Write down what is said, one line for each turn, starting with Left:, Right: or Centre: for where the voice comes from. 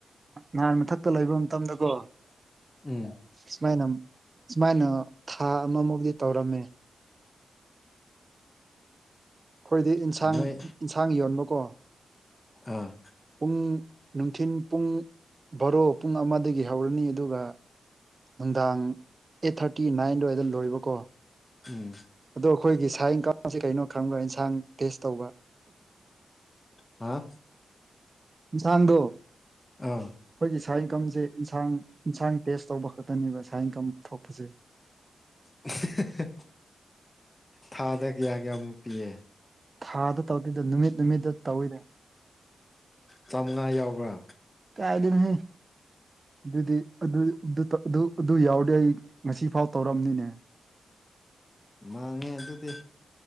Right: ꯅꯍꯥꯟ ꯃꯊꯛꯇ ꯂꯩꯕ ꯃꯇꯝꯗꯀꯣ
Left: ꯎꯝ
Right: ꯁꯨꯃꯥꯏꯅ ꯁꯨꯃꯥꯏꯅ ꯊꯥ ꯑꯃ ꯃꯨꯛꯇꯤ ꯇꯧꯔꯝꯃꯦ ꯑꯩꯈꯣꯏꯗꯤ ꯏꯟꯁꯥꯡ
Left: ꯅꯣꯏ
Right: ꯏꯟꯁꯥꯡ ꯌꯣꯟꯕꯀꯣ
Left: ꯑꯥ
Right: ꯄꯨꯡ ꯅꯨꯡꯊꯤꯟ ꯄꯨꯡ ꯕꯥꯔꯣ ꯄꯨꯡ ꯑꯃꯗꯒꯤ ꯍꯧꯔꯅꯤ ꯑꯗꯨꯒ ꯅꯨꯡꯗꯥꯡ ꯑꯦꯠ ꯊꯥꯔꯇꯤ ꯅꯥꯏꯟ ꯑꯗꯨꯋꯥꯏꯗ ꯂꯣꯏꯕꯀꯣ
Left: ꯎꯝ
Right: ꯑꯗꯣ ꯑꯩꯈꯣꯏꯒꯤ ꯁꯥꯏꯟ ꯀꯥꯡꯁꯤ ꯀꯩꯅꯣ ꯈꯪꯕ꯭ꯔ ꯏꯟꯁꯥꯡ ꯇꯦꯁ ꯇꯧꯕ
Left: ꯍꯥ
Right: ꯏꯟꯁꯥꯡꯗꯣ
Left: ꯑꯥ
Right: ꯑꯩꯈꯣꯏꯒꯤ ꯁꯥ ꯏꯟꯀꯝꯁꯦ ꯏꯟꯁꯥꯡ ꯏꯟꯁꯥꯡ ꯇꯦꯁ ꯇꯧꯕ ꯈꯛꯇꯅꯦꯕ ꯁꯥ ꯏꯟꯀꯝ ꯊꯣꯛꯄꯁꯦ <unintelligible> <inaudible>
Left: ꯍꯥꯍꯥꯍꯥ ꯊꯥꯗ ꯀꯌꯥ ꯀꯌꯥꯃꯨꯛ ꯄꯤꯌꯦ
Right: ꯊꯥꯗ ꯇꯧꯗꯦꯗ ꯅꯨꯃꯤꯠ ꯅꯨꯃꯤꯠꯇ ꯇꯧꯋꯤꯗ
Left: ꯆꯥꯃꯉꯥ ꯌꯥꯎꯕ꯭ꯔꯥ
Right: ꯀꯥꯏꯗꯩꯅꯣꯍꯦ ꯑꯗꯨꯗꯤ ꯑꯗꯨ ꯑꯗꯨ ꯇꯧ ꯑꯗꯨ ꯑꯗꯨ ꯌꯥꯎꯔꯗꯤ ꯑꯩ ꯉꯁꯤꯐꯥꯎ ꯇꯧꯔꯝꯅꯤꯅꯦ
Left: ꯃꯥꯡꯉꯦ ꯑꯗꯨꯗꯤ